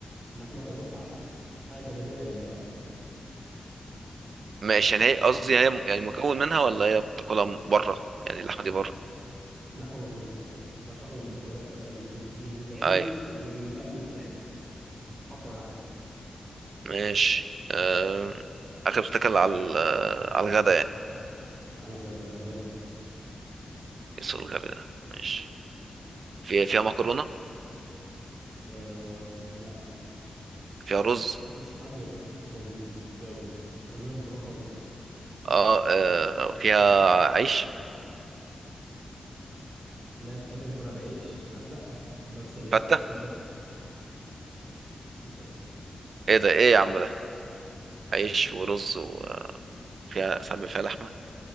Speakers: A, on the right; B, on the right.
A: اللحمة إضافة عليها حاجة جانبية جنبها يعني
B: ماشي يعني هي قصدي يعني هي يعني مكون منها ولا هي بتاكلها بره يعني اللحمه دي بره
A: اللحمة بره نفسها ملهاش علاقة بالمكونات نفسها مش بت... مش بتتعمل
B: اي
A: والأكل بتتعمل مش بتتحط معاها يعني
B: ماشي آه... اكل بتتاكل على ال- آه، على الغدا يعني
A: على الغداء الله ينور
B: يسوع الغبي ده ماشي في فيها مكرونه
A: آه... لا
B: فيها رز
A: مفيش حد بياكل مظبوط فيها رز محدش بياكل مكرونة خالص
B: اه, آه... فيها عيش
A: الناس تحب تاكلها بعيش الناس لا بس العيش
B: فته
A: أوبشن عادي مش فاتح
B: ايه ده ايه يا عم ده عيش ورز وفيها ساعات بيبقى فيها لحمه